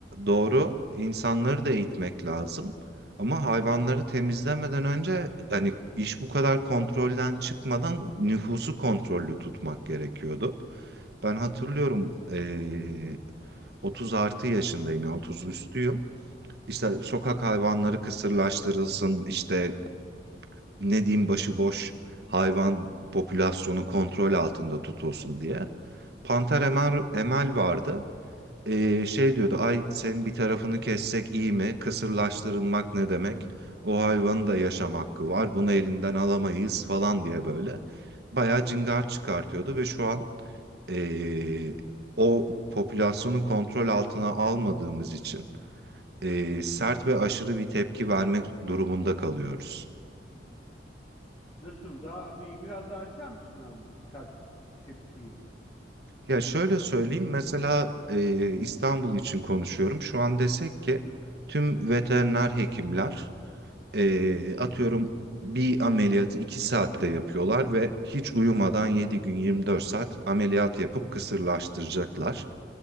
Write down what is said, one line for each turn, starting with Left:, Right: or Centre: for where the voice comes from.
Right: doğru insanları da eğitmek lazım. Ama hayvanları temizlemeden önce hani iş bu kadar kontrolden çıkmadan nüfusu kontrollü tutmak gerekiyordu. Ben hatırlıyorum eee 30 artı yaşındayım yani 30 üstüyüm. İşte sokak hayvanları kısırlaştırılsın işte ne diyeyim başıboş hayvan popülasyonu kontrol altında tutulsun diye. Panter Emel, Emel vardı. Ee, şey diyordu ay senin bir tarafını kessek iyi mi? Kısırlaştırılmak ne demek? O hayvanın da yaşam hakkı var. Bunu elinden alamayız falan diye böyle. Bayağı cingar çıkartıyordu ve şu an ee, o popülasyonu kontrol altına almadığımız için ee, sert ve aşırı bir tepki vermek durumunda kalıyoruz.
Left: Nasıl? Daha bir biraz daha açar mısın abi bu sert tepkiyi?
Right: Ya şöyle söyleyeyim mesela ee, İstanbul için konuşuyorum. Şu an desek ki tüm veteriner hekimler Ee, atıyorum bir ameliyatı 2 saatte yapıyorlar ve hiç uyumadan 7 gün 24 saat ameliyat yapıp kısırlaştıracaklar.